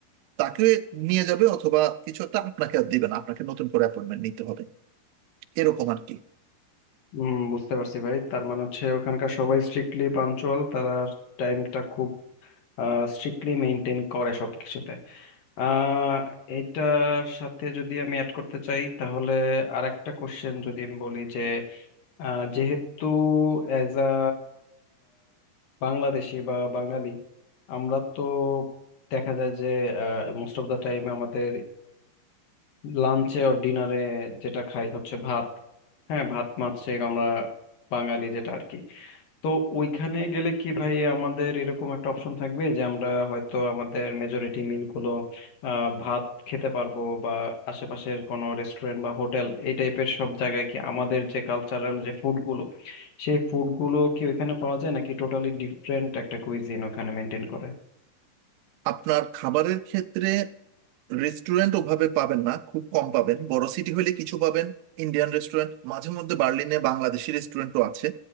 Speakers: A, on the right (about 80°); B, on the left (about 60°).
A: তাকে নিয়ে যাবে অথবা কিছু একটা আপনাকে আর দিবে না আপনাকে নতুন করে অ্যাপয়েন্টমেন্ট নিতে হবে এরকম আর কি
B: হুম বুঝতে পারছি ভাই তার মানে হচ্ছে ওখানকার সবাই স্ট্রিক্টলি পাঞ্চুয়াল তারা টাইমটা খুব স্ট্রিক্টলি মেনটেন করে সবকিছুতে আহ এটার সাথে যদি আমি অ্যাড করতে চাই তাহলে আর একটা কোশ্চেন যদি আমি বলি যে আহ, যেহেতু অ্যাজ আ বাংলাদেশি বা বাঙালি আমরা তো দেখা যায় যে মোস্ট অফ দা টাইম আমাদের লাঞ্চে ও ডিনারে যেটা খাই হচ্ছে ভাত হ্যাঁ ভাত মাছ সে আমরা বাঙালি যেটা আর কি তো ওইখানে গেলে কি ভাই আমাদের এরকম একটা অপশন থাকবে যে আমরা হয়তো আমাদের মেজরিটি মিলগুলো আহ, ভাত খেতে পারবো বা আশেপাশের কোনো রেস্টুরেন্ট বা হোটেল এই টাইপের সব জায়গায় কি আমাদের যে কালচারাল যে ফুডগুলো সেই ফুডগুলো কি ওইখানে পাওয়া যায় নাকি টোটালি ডিফারেন্ট একটা কুইজিন ওখানে মেনটেন করে
A: আপনার খাবারের ক্ষেত্রে রেস্টুরেন্ট ওভাবে পাবেন না খুব কম পাবেন বড় সিটি হলে কিছু পাবেন ইন্ডিয়ান রেস্টুরেন্ট মাঝে মধ্যে বার্লিনে বাংলাদেশি রেস্টুরেন্টও আছে